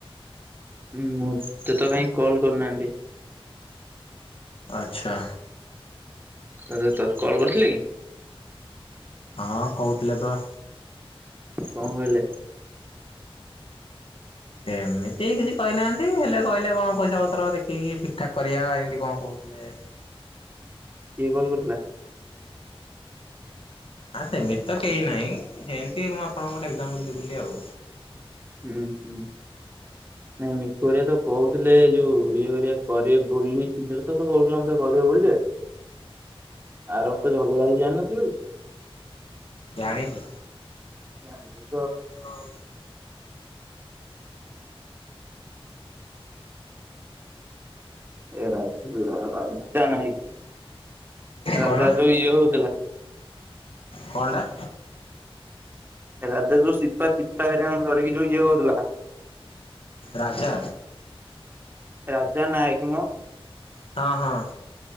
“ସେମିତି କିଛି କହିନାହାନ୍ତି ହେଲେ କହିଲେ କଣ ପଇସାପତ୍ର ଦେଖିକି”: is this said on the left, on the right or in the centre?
Left